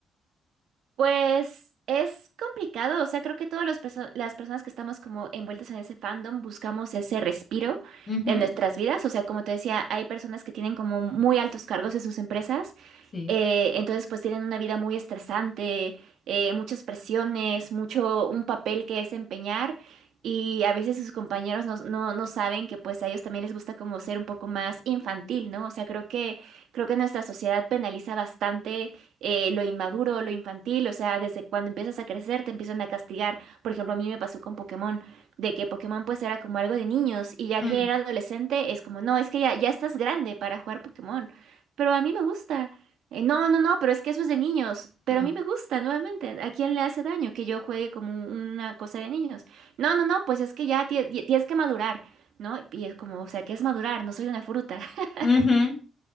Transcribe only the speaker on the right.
Pues es complicado, o sea, creo que todas las perso- las personas que estamos como envueltas en ese fandom buscamos ese respiro
de nuestras vidas, o sea, como te decía, hay personas que tienen como muy altos cargos en sus empresas
Eh, entonces, pues tienen una vida muy estresante, eh, muchas presiones, mucho un papel que desempeñar y a veces sus compañeros no, no, no saben que pues a ellos también les gusta como ser un poco más infantil, ¿no? O sea, creo que, creo que nuestra sociedad penaliza bastante eh, lo inmaduro, lo infantil, o sea, desde cuando empiezas a crecer te empiezan a castigar. Por ejemplo, a mí me pasó con Pokémon, de que Pokémon pues era como algo de niños y ya
que era adolescente es como, no, es que ya, ya estás grande para jugar Pokémon, pero a mí me gusta. Eh, no, no, no, pero es que eso es de niños. Pero
a mí me gusta, nuevamente. ¿A quién le hace daño que yo juegue como una cosa de niños? No, no, no, pues es que ya tie- ya tienes que madurar, ¿no? Y es como, o sea, ¿qué es madurar? No soy una fruta. <laughs>